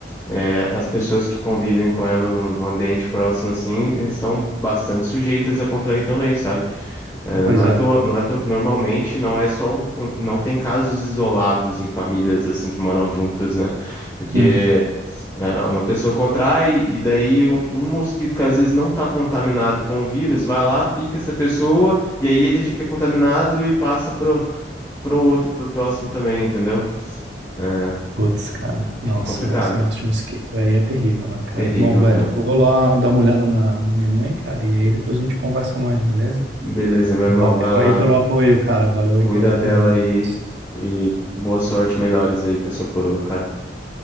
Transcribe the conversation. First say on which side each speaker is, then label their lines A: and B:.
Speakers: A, on the left; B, on the right.
A: é, as pessoas que convivem com ela num, num ambiente próximo, assim, estão bastante sujeitas a contrair também, sabe? É,
B: pois
A: não é
B: é.
A: à toa, não é à toa que normalmente não é só, um- um, não tem casos isolados em famílias, assim, que moram juntas, né? Porque.
B: Hum.
A: É, uma pessoa contrai e daí um, um mosquito que às vezes não está contaminado com o vírus vai lá, pica essa pessoa e aí ele fica contaminado e passa pro, pro outro, pro próximo também, entendeu? É,
B: Putz, cara, nossa,
A: é complicado.
B: velho, esse negócio de mosquito aí é terrível, né, cara?
A: Terrível,
B: Bom, velho,
A: cara.
B: eu vou lá dar uma olhada na, na minha mãe, cara, e aí depois a gente conversa mais, beleza?
A: Beleza, meu
B: Valeu
A: irmão, vai lá,
B: aí pelo apoio, cara, valeu
A: cuida
B: aí pelo apoio.
A: dela
B: Um abraço.
A: aí e boa sorte, melhoras aí pra sua coroa, cara.